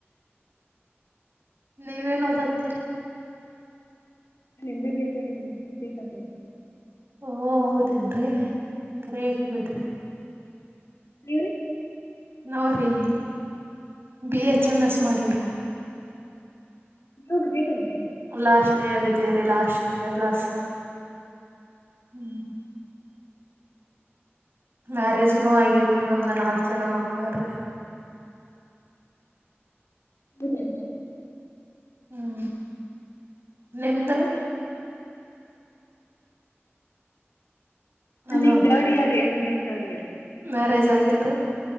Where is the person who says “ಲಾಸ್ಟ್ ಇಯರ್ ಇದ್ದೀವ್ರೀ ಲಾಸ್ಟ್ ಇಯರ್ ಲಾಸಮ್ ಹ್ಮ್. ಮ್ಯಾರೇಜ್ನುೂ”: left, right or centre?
Right